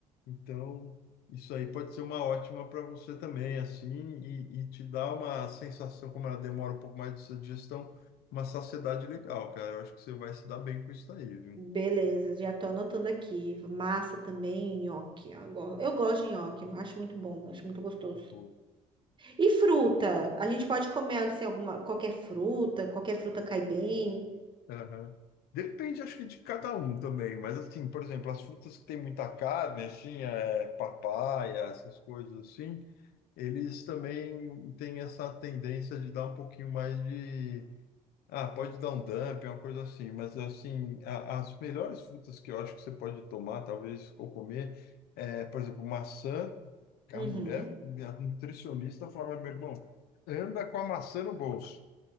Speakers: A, on the left (about 65°); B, on the right (about 30°).
A: Então, isso aí pode ser uma ótima para você também, assim, e, e te dá uma sensação, como ela demora um pouco mais de sua digestão, uma saciedade legal, cara. Eu acho que você vai se dar bem com isso daí, viu?
B: Beleza, já tô anotando aqui. Massa também, nhoque. Eu go- eu gosto de nhoque, acho muito bom, acho muito gostoso.
A: Pô.
B: E fruta? A gente pode comer assim alguma, qualquer fruta, qualquer fruta cai bem.
A: Aham. Depende, acho que de cada um também, mas assim, por exemplo, as frutas que tem muita carne, assim, é, papaya, essas coisas assim, eles também têm essa tendência de dar um pouquinho mais de. Ah, pode dar um dump, uma coisa assim, mas assim, a- as melhores frutas que eu acho que você pode tomar, talvez, ou comer, é, por exemplo, maçã, que
B: Uhum.
A: a mulher, a nutricionista falava, meu irmão, anda com a maçã no bolso.